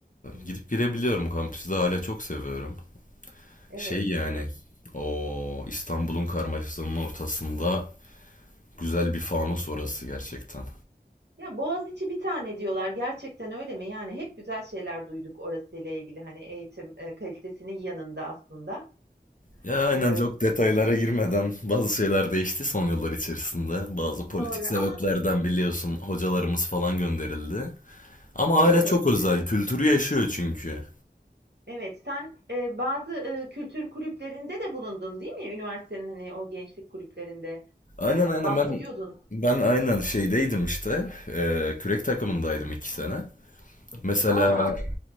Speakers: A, on the right; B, on the left.
A: Hımm.
B: gidip girebiliyorum kampüsü de hala çok seviyorum.
A: Evet,
B: Şey yani
A: evet.
B: o İstanbul'un karmaşasının ortasında güzel bir fanus orası gerçekten.
A: Ya, Boğaziçi bir tane diyorlar. Gerçekten öyle mi? Yani hep güzel şeyler duyduk orasıyla ilgili, hani, eğitim, eee, kalitesinin yanında aslında.
B: Ya aynen
A: Eee,
B: çok detaylara girmeden bazı şeyler değişti son yıllar içerisinde. Bazı politik
A: doğru
B: sebeplerden
A: ama
B: biliyorsun hocalarımız falan gönderildi. Ama
A: evet,
B: aile çok özel.
A: evet,
B: Kültürü yaşıyor çünkü.
A: evet. Sen, eee, bazı, ııı, kültür kulüplerinde de bulundun değil mi? Üniversitenin, hani, o gençlik kulüplerinde,
B: Aynen
A: eee,
B: aynen
A: bahsediyordun.
B: ben ben aynen şeydeydim işte. Eee kürek takımındaydım iki sene. Mesela
A: Aa.